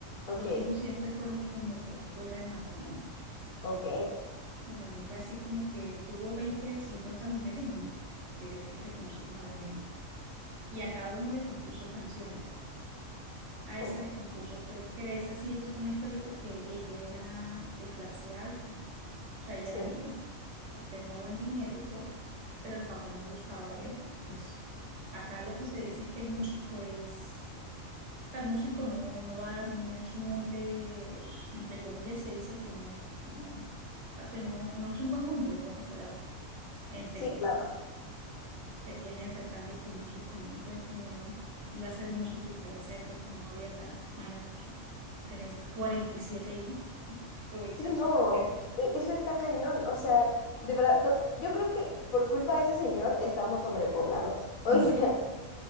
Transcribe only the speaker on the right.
los hijos siempre fueron como por fuera del matrimonio,
¿entiendes? No fue así como que tuvo 20 50 mujeres, no, que yo siempre le conocí como las mismas, y a cada uno le compuso canciones. A esa
le compuso, fue, pero esa sí es una historia porque ella era de clase alta, o sea, ella era
bien, ¿no? o sea, tenía buen dinero y todo, pero el papá no gustaba de él porque pues acá lo que se dice es que el músico es, o sea, el músico no, no va, no es un hombre, entre comillas se dice que no, que no, o sea, que no, no es un buen hombre, en pocas palabras, entre
comillas.
Se tiene el refrán de que el músico no, entonces como él iba a ser músico y para esa época no había tan, imagínate, o sea, tenés 47 hijos, aprovechar
su carrera.
Sí,